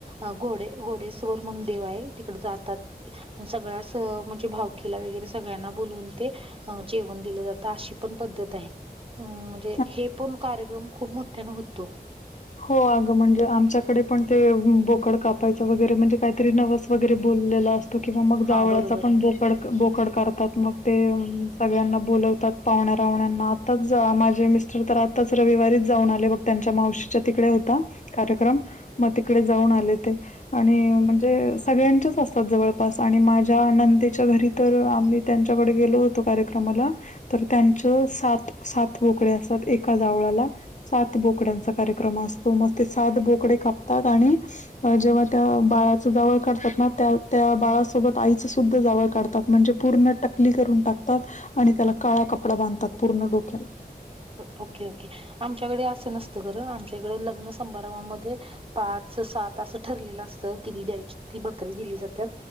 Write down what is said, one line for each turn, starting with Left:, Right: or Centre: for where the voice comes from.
Right: अ घोडे घोडेस्वर म्हणून देव आहे तिकडं जातात. सगळ्यास अ म्हणजे भावकीला वगैरे सगळ्यांना बोलवून ते अ जेवण दिलं जातं अशी पण पद्धत आहे. अ, म्हणजे
Left: हम् <inaudible>
Right: हे पण कार्यक्रम खूप मोठाने होतो.
Left: हो अगं म्हणजे आमच्याकडे पण ते बोकड कापायचं वगैरे म्हणजे काहीतरी नवस वगैरे बोललेला असतं. किंवा मग जावळचा
Right: हां बरोबर
Left: पण बोक ड बोकड करतात मग ते सगळ्यांना बोलवतात पाहुण्या राहण्यांना आताच माझे मिस्टर तर आताच रविवारीच जाऊन आले बग त्यांच्या मावशी तिकडे होता कार्यक्रम मग तिकडे जाऊन आले ते आणि म्हणजे सगळ्यांच्याच असतात जवळपास आणि माझ्या नंदेच्या घरी तर आम्ही त्यांच्याकडे गेलो होतो कार्यक्रमाला तर त्यांच सात सात बोकडे असतात एका जावळाला सात बोकड्यांचा कार्यक्रम असतो म ते सात बोकडे कापतात आणि जेव्हा त्या बाळाचं जावळ काढतात ना त्या त्या बाळसोबत आईचं सुद्धा जावळ काढतात. म्हणजे पूर्ण टकली करून टाकतात आणि त्याला काळा कपडा बांधतात पूर्ण डोक्याला
Right: ओके ओके आमच्याकडे असं नसतं खरं आमच्या इकडे लग्न समारंभामध्ये पाच सात असं ठरलेलं असतं किती द्यायची ती बकरी दिली जाते.